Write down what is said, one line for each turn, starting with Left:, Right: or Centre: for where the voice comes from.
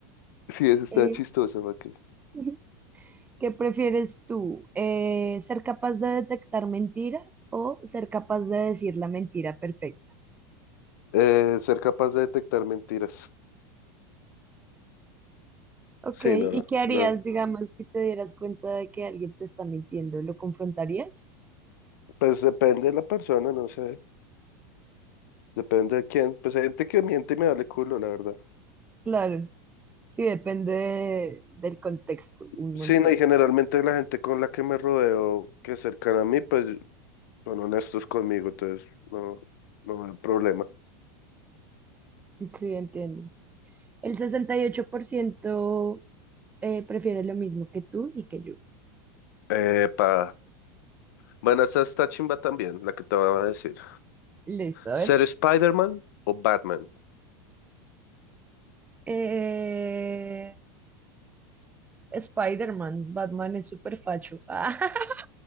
Left: Sí, eso está
Right: Eh,
Left: chistoso, ¿para qué?
Right: <laughs> ¿qué prefieres tú? Eh, ¿ser capaz de detectar mentiras o ser capaz de decir la mentira perfecta?
Left: Eh, ser capaz de detectar mentiras.
Right: Ok,
Left: Sí,
Right: ¿y
Left: no,
Right: qué harías,
Left: no.
Right: digamos, si te dieras cuenta de que alguien te está mintiendo? ¿Lo confrontarías?
Left: Pues depende de la persona, no sé. Depende de quién. Pues hay gente que miente y me vale culo, la verdad.
Right: Claro, sí, depende de- del contexto, un
Left: Sí,
Right: montón.
Left: no, y generalmente la gente con la que me rodeo, que es cercana a mí, pues son honestos conmigo, entonces no, no hay problema.
Right: Sí, entiendo. El 68% eh, prefiere lo mismo que tú y que yo.
Left: Epa. Bueno, esta está chimba también, la que te voy a decir.
Right: Listo, a
Left: ¿Ser
Right: ver.
Left: Spider-Man o Batman?
Right: Eh, Spider-Man, Batman es súper facho. <laughs>